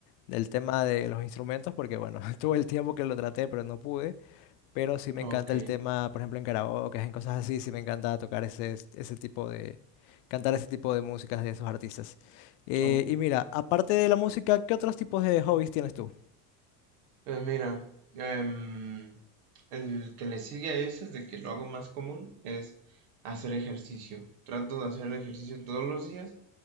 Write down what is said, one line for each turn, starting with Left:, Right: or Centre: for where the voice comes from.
Left: del tema de los instrumentos porque, bueno, <laughs> tuve el tiempo que lo traté, pero no pude. Pero sí me encanta
Right: Ok.
Left: el tema, por ejemplo, en karaoke, en cosas así, sí me encanta tocar ese, ese tipo de, cantar ese tipo de músicas de esos artistas. Eh,
Right: Oh.
Left: y mira, aparte de la música, ¿qué otros tipos de hobbies tienes tú?
Right: Eh, mira, em, el que le sigue a ese es de que lo hago más común, es hacer ejercicio. Trato de hacer ejercicio todos los días.